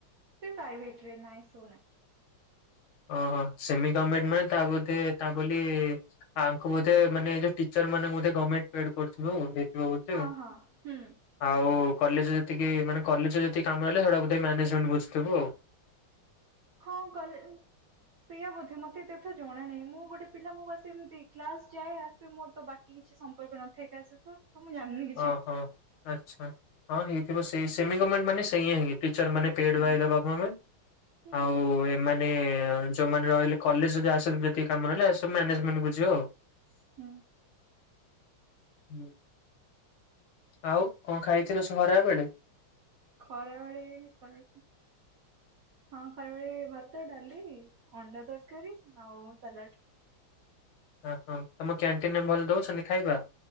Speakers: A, on the right; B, on the left.
A: ସେ ପ୍ରାଇଭେଟ ନାଁ ଏସବୁ ନାହିଁ।
B: ଓହୋ ସେମି ଗର୍ମେଣ୍ଟ ମାନେ ତା ବୋଧେ ତା ବୋଲି ଆଙ୍କୁ ବୋଧେ ମାନେ ଯୋଉ ଟିଚର ମାନଙ୍କୁ ବୋଧେ ଗର୍ମେଣ୍ଟ ପେଡ୍ କରୁଥିବା ଆଉ। ହେ ହେଇଥିବ ବୋଧେ
A: ହଁ
B: ଆଉ।
A: ହଁ ହୁଁ
B: ଆଉ କଲେଜ ରେ ଯେତିକି ମାନେ କଲେଜ ରେ ଯେତିକି କାମ ହେଲେ ସେଗୁଡା ବୋଧେ ମ୍ୟାନେଜମେଣ୍ଟ ବୁଝୁଥିବ ଆଉ।
A: ହଁ କଲେଜ ସେଇଆ ବୋଧେ ମତେ ଏତେ କଥା ଜଣା ନାହିଁ। ମୁଁ ଗୋଟେ ପିଲା ମୁଁ ବାସ୍ ଏମିତି କ୍ଲାସ ଯାଏ ଆସେ ମୋର ତ ବାକି କିଛି ସମ୍ପର୍କ ନଥାଏ କାହା ସହିତ। ତ ମୁଁ ଜାଣିନି କିଛି।
B: ଓହୋ। ଆଚ୍ଛା ହଁ ହେଇଥିବ ସେଇ ସେମି ଗର୍ମେଣ୍ଟ ମାନେ ସେଇଆ ହିଁ ଟିଚର ମାନେ ପେଡ୍
A: ହୁଁ
B: ବଇ ଦେବାକୁ ଆମେ।
A: ହୁଁ
B: ଆଉ ମାନେ ଯୋଉମାନେ ରହିଲେ କଲେଜ ରେ ଆଉ ସବୁ ତିକ କାମ ରହିଲା ଏ ସବୁ ମାନେଜମାନେ ବୁଛିବ ଆଉ।
A: ହୁଁ
B: ହୁଁ। ଆଉ କଣ ଖାଇଥିଲୁ ସ ଖରା ବେଳେ
A: ଖରାବେଳେ କଣ ହଁ ଖରାବେଳେ ଭାତ ଡାଲି ଅଣ୍ଡା ତରକାରୀ ଆଉ ସାଲାଡ଼
B: ଓ ହଁ ତମ କ୍ୟାଣ୍ଟିନ ରେ ଭଲ ଦଉଛନ୍ତି ଖାଇବା